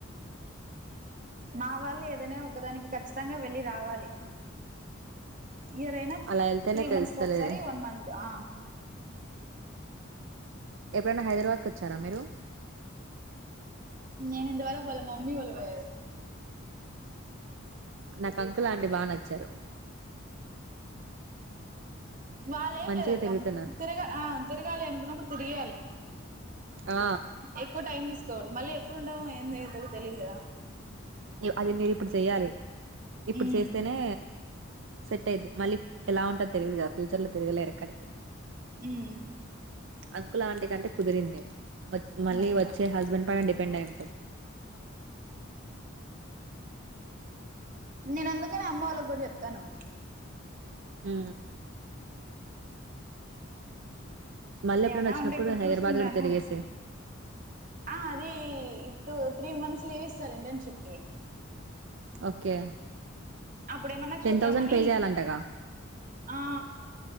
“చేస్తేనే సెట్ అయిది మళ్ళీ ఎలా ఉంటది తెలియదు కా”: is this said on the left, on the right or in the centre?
Right